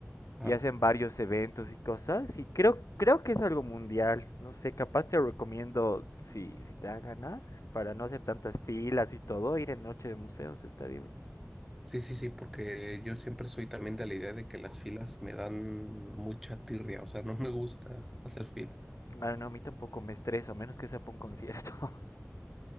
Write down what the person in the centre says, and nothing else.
Ah.
Sí, sí, sí, porque yo siempre soy también de la idea de que las filas me dan mucha tirria, o sea, no me gusta hacer fila.